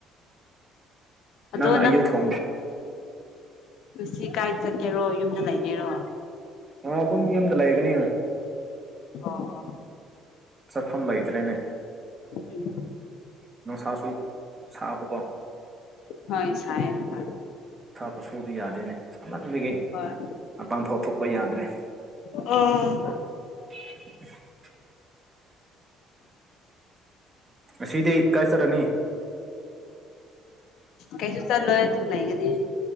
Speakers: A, on the left; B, on the right.
A: ꯑꯗꯣ
B: ꯅ ꯏ ꯀ
A: ꯁꯤ ꯀꯥꯏꯗ ꯆꯠꯀꯦꯔꯣ ꯌꯨꯝꯗ ꯂꯩꯒꯦꯔꯣ
B: ꯑꯥ ꯑꯗꯨ ꯃꯤꯗ ꯂꯩꯥꯏꯒꯅꯤ
A: ꯑꯣ
B: ꯆꯠꯐꯝ ꯂꯩꯇ꯭ꯔꯦꯅꯦ
A: ꯎꯝ
B: ꯅꯨꯡꯁꯥꯁꯨ ꯁꯥꯕꯀꯣ
A: ꯍꯣꯏ ꯏ ꯁꯅ ꯀꯥ
B: ꯈꯨꯠꯁꯨꯗꯨ ꯌꯥꯗꯦꯅꯦ ꯁꯍꯟꯕꯒꯤ
A: ꯍꯣꯏ
B: ꯃꯇꯄꯥꯡ ꯊꯣꯛ ꯊꯣꯛꯄ ꯌꯥꯗ꯭ꯔꯦ
A: ꯑ
B: <inaudible> <inaudible> ꯉꯁꯤꯗꯤ ꯀꯥꯏꯆꯠꯂꯅꯤ
A: ꯀꯩꯁꯨ ꯆꯥꯂꯣ ꯑꯗꯨꯨꯝ ꯂꯩꯒꯅꯤ